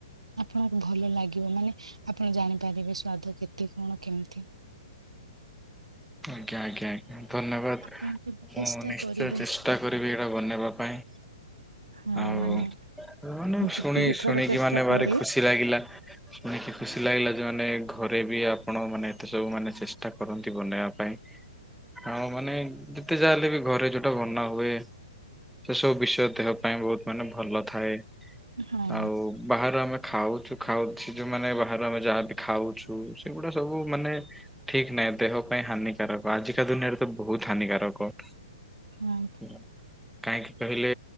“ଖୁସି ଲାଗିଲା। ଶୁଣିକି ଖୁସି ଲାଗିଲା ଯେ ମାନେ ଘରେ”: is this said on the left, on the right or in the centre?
Centre